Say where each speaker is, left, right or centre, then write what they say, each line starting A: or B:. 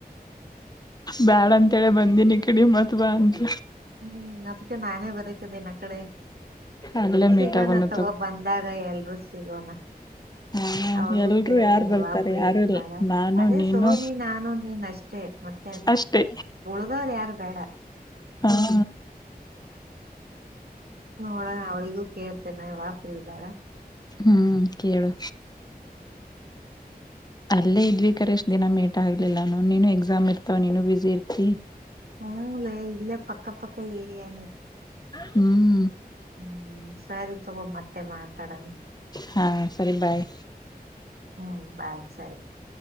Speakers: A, on the left; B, on the right.
A: ಬ್ಯಾಡ ಅಂತೇಳಿ ಬಂದೀನಿ ಇಕಡಿ ಮತ್ತ ಬಾ ಅಂತ
B: ಹ್ಮ್ ಅದ್ಕ್ಕೆ ನಾನೇ ಬರಕದಿನ್ ಅಕಡೆ
A: ಅಲ್ಲೇ
B: ಸಿಗೋಣ
A: ಮೀಟ್ ಆಗೋಣ
B: ತಗೋ ಬಂದಾಗ ಎಲ್ರುೂ ಸಿಗೋಣ
A: ಹ
B: ಅವಳಿಗೂ
A: ಎಲ್ರುೂ
B: ಕೇಳ್ತೇನೆ
A: ಯಾರು ಬರ್ತಾರೆ
B: ವಾ ಫ್ರೀ
A: ಯಾರು
B: ಇರ್ತಾಳ
A: ಇಲ್ಲ ನಾನು
B: ಅದೇ
A: ನೀನು
B: ಸೋನಿ ನಾನು ನೀನ್ ಅಷ್ಟೇ ಮತ್ತೆ ಅದು
A: ಅಷ್ಟೆ
B: ಉಳ್ದವ್ರ ಯಾರು ಬೇಡ
A: ಹ
B: ನೋಡಣ ಅವಳಿಗೂ ಕೇಳ್ತೇನೆ ವಪರಿ ಇದ್ದಾಳ
A: ಹ್ಮ್ ಕೇಳು ಅಲ್ಲೇ ಇದ್ವಿ ಕರೇಶ್ ದಿನ ಮೇಟ್ ಆಗ್ಲಿಲ್ಲಾನು ನೀನು ಎಕ್ಸಾಮ್ ಇರ್ತವ ನೀನು ಬಸಿ ಇರ್ತಿ
B: ಹ್ಮಲ್ಲೇ ಇಲ್ಲೇ ಪಕ್ಕ ಪಕ್ಕ ಏರಿಯಾನೆ
A: ಹ್ಮ್
B: ಹ್ಮ್ ಸರಿ ತಗೊ ಮತ್ತೆ ಮಾತಾಡೋಣ
A: ಹಾಂ ಸರಿ ಬಾಯ್
B: ಹ್ಮ್ ಬಾಯ್ ಸರಿ